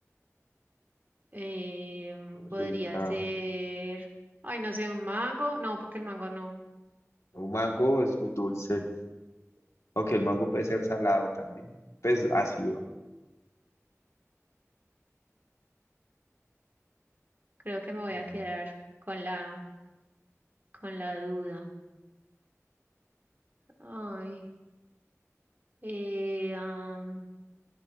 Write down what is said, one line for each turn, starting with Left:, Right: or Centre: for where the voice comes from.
Right: Em,
Left: muy
Right: podría
Left: rica.
Right: ser, ay, no sé, un mango. No, porque el mango no.
Left: Un mango es muy dulce, aunque el mango puede ser salado también, pues ácido.
Right: Creo que me voy
Left: Mm,
Right: a quedar con la, con la duda. Ay, eh, am,